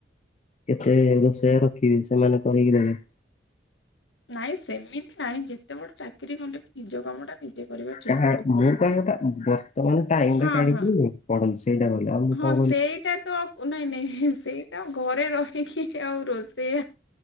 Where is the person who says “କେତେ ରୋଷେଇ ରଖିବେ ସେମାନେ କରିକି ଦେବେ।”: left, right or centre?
Left